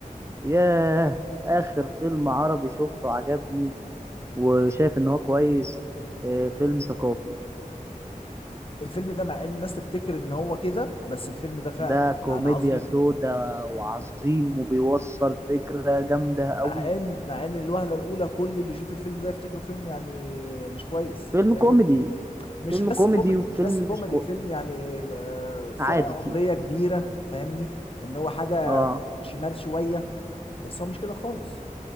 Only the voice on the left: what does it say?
الفيلم ده مع ان الناس تفتكر ان هو كده بس الفيلم ده فعلا
يعني عظيم
مع
ان مع ان الوهله الاولى كل اللي يشوف الفيلم ده يفتكره فيلم يعني مش كويس
فاهمني
مش
بس
كوميدي
مش بس كوميدي
فيلم يعني آه، فئه
عمريه كبيره فاهمني ان هو حاجه
شمال شويه بس هو مش كده خالص